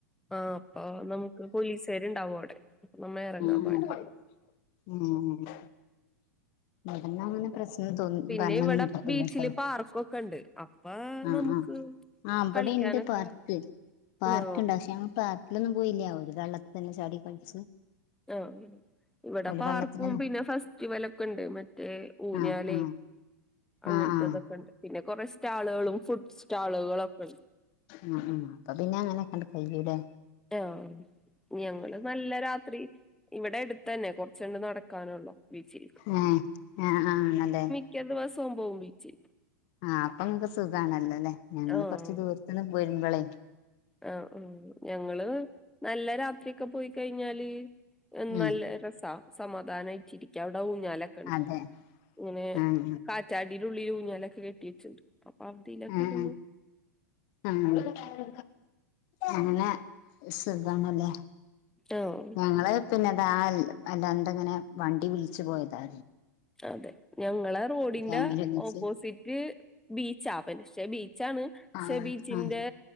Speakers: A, in the centre; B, on the left.
A: ആഹ് അപ്പൊ നമുക്ക് പോലീസാര് ഇണ്ടാവും അവിടെ നമ്മ ഇറങ്ങാൻ
B: ഉം
A: പാടില്ല
B: ഉ ഉം ഉ ഇവിടെന്നങ്ങനെ പ്രശ്നം തോന്നു
A: പിന്നെ
B: പർഞ്ഞൊന്നും
A: ഇവിടെ ബീച്ചില്
B: ഇല്ലാട്ടോ
A: പാർക്കൊക്കെ ഉണ്ട് അപ്പ
B: ആഹ്
A: നമുക്ക്
B: ആഹ് ആഹ് അവിടെ
A: കളിക്കാനൊക്കെ
B: ഇണ്ട് പാർക്ക് പാർക്ണ്ട്
A: ആ
B: പക്ഷെ ഞങ്ങൾ പാർക്ക് ക്ക്‌ലൊന്നും പോയില്ല ഓല് വെള്ളത്തില് ചാടി കളിച്ച്
A: ആഹ് ഇവിടെ
B: ഓല്
A: പാർക്കും
B: വെള്ളത്തിലന്നെ
A: പിന്നെ ഫെസ്റ്റിവല് ഒക്കെണ്ട് മറ്റേ ഊഞ്ഞാലെയ്
B: ആഹ് ആഹ്
A: അങ്ങൻത്തെതൊക്കെണ്ട്
B: ആഹ് ആഹ്
A: പിന്നെ കൊറേ സ്റ്റാളുകളും ഫുഡ് സ്റ്റാളുകളൊക്കെ ഉണ്ട്
B: ഉ ഉം അപ്പൊ പിന്നെ അങ്ങനെയൊക്കെണ്ട് കയ്യൂലെ
A: ആഹ് ഞങ്ങള് നല്ല രാത്രി ഇവിടെ അടുത്തന്നെ കുറച്ച് അങ്ങ് നടക്കാനള്ളോ ബീച്ചിൽക്ക്
B: ഏഹ് ആഹ് ആഹ് ആണല്ലെ
A: മിക്ക ദിവസവും പോവും ബീച്ച്
B: ആഹ് അപ്പൊ നിങ്ങക്ക് സുഖാണല്ലൊലെ ഞങ്ങള്
A: ആ
B: കുറച്ച് ദൂരത്തന്ന പോരുമ്പളേ
A: ആഹ് ഉ ഞങ്ങള് നല്ല രാത്രിക്കെ പോയി കഴിഞ്ഞാല്
B: ഉം
A: നല്ല രസാ സമാധാനായിട്ടിരി ക്ക അവിടെ ഊഞ്ഞാലൊക്കെണ്ട്
B: അതെ
A: പിന്നെ
B: ആഹ്
A: കാറ്റാടിയിടുള്ളില് ഊഞ്ഞാലൊക്കെ കെട്ടിട്ട്ണ്ട് അപ്പൊ അതിലൊക്കെയിരിന്നു
B: ആഹ് ആഹ് ആഹ് അങ്ങനെ സുഖാണ്ലെ
A: ആഹ്
B: ഞങ്ങള് പിന്നെതാ എന്തങ്ങനെ വണ്ടി വിളിച്ചു പോയതാ
A: അതെ ഞങ്ങളെ റോഡിന്റെ
B: ഫാമിലി ഒന്നിച്ച്
A: ഓപ്പോസിറ്റ് ബീച്ച ആ പക്ഷേ ബീച്ചാണ് പക്ഷേ
B: ആഹ്
A: ബീചിന്റെ
B: ആഹ്